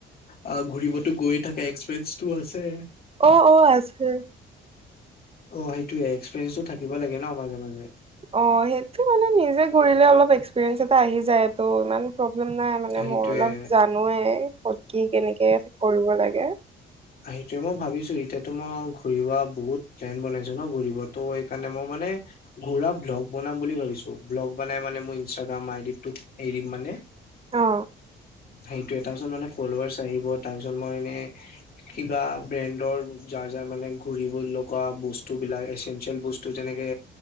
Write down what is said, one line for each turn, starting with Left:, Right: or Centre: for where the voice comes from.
Left: আহ ঘূৰিবতো গৈয়ে থাকে এক্সপিৰিয়েঞ্চতো আছে
Right: অ অ আছে
Left: অ সেইটোয়ে এক্সপেৰিয়ঞ্চ থাকিব লাগে ন মাজে মাজে
Right: অ সেইটো মানে নিজে ঘূৰিলে অলপ এক্সপিৰিয়েঞ্চ এটা আহি যায় টো ইমান প্ৰব্লেম নাই মানে
Left: সেইটোয়ে
Right: মই অলপ জানোৱেই ক'ত কি কেনেকে কৰিব লাগে।
Left: আহ সেইটোয়ে মই ভাবিছো এতিয়াতো মই ঘূৰিবা বহুত প্লেন বনাইছো ন ঘূৰিব তো এইকাৰণে মই মানে ঘোৰা ব্লক বনাম বুলি ভাবিছো। ব্লক বনাই মানে মোৰ ইষ্টাগ্ৰাম আই দি টৌত এৰিম মানে
Right: অ
Left: সেইটোয়ে তাৰপিছত মানে ফলোৱাৰাৰ্চ আহিব তাৰপিছত মই এনে কিবা ব্ৰেনদৰ যাৰ যাৰ মানে ঘূৰিবোৰ লগোৱা বস্তু বিলাক এচেনচিয়েল বস্ তোৰ যেনেকে